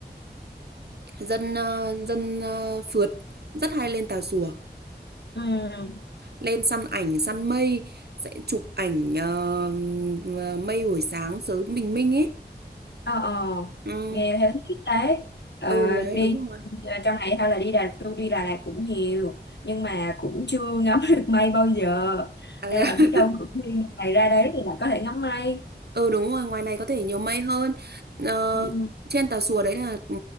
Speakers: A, on the right; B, on the left.
A: dân ờ, dân ờ, phượt rất hay lên Tà Xùa
B: ừm,
A: lên săn ảnh săn mây sẽ chụp ảnh ờ, mây buổi sáng sớm bình minh ấy
B: ờ ờ
A: ừ.
B: nghe thấy thích đấy ờ,
A: Ừ đấy
B: đi
A: đúng rồi.
B: à, trong này hay là đi Đà tôi đi Đà Lạt cũng nhiều nhưng mà cũng chưa ngắm được mây bao giờ
A: À, thế
B: nên
A: à?
B: là biết
A: <laughs>
B: đâu cũng đi ngày ra đấy thì lại có thể ngắm mây
A: ừ đúng rồi, ngoài này có thể nhiều mây hơn. Ờ,
B: Ừ.
A: trên Tà Xùa đấy là ừ,